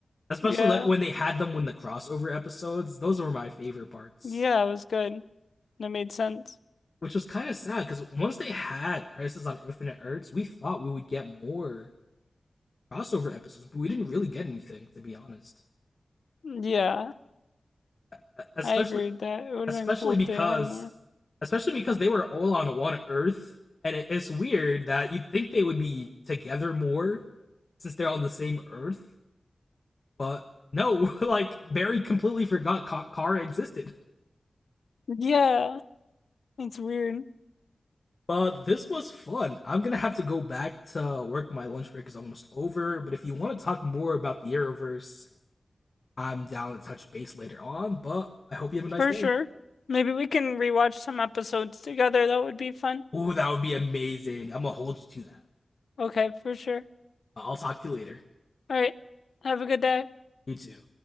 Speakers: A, on the left; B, on the left.
A: especially
B: Yeah.
A: like when they had them when the crossover episodes. Those were my favorite parts,
B: Yeah, it was good. That made sense.
A: which was kind of sad because once they had Crisis on Infinite Earths, we thought we would get more crossover episodes, but we didn't really get anything to be honest.
B: Yeah,
A: E, Especially,
B: I agree with that. It would
A: especially
B: have been cool
A: because,
B: if they had more.
A: especially because they were all on one Earth, and it, it's weird that you'd think they would be together more since they're on the same Earth, but no, <laughs> like Barry completely forgot Ka- Kara existed.
B: Yeah, it's weird.
A: But this was fun. I'm gonna have to go back to work. My lunch break is almost over. But if you want to talk more about the Arrowverse, I'm down to touch base later on. But I hope you have a nice
B: For
A: day.
B: sure. Maybe we can rewatch some episodes together. That would be fun.
A: Ooh, that would be amazing. I'm gonna hold you to that.
B: Okay, for sure.
A: I'll talk to you later.
B: All right. Have a good day.
A: You too.